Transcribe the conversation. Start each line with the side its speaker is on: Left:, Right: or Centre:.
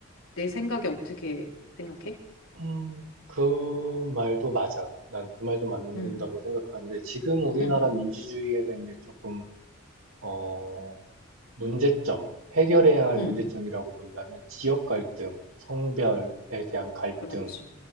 Left: 내 생각에 어떻게 생각해?
Right: 어, 음, 그 말도 맞아. 난 그 말도 맞는다고
Left: 응,
Right: 생각하는데, 지금 우리나라
Left: 응,
Right: 민주주의에서 이제 조금, 어, 문제점, 해결해야 할
Left: 응.
Right: 문제점이라고 본다면, 지역 갈등, 성별에 대한 갈등,
Left: 그렇지.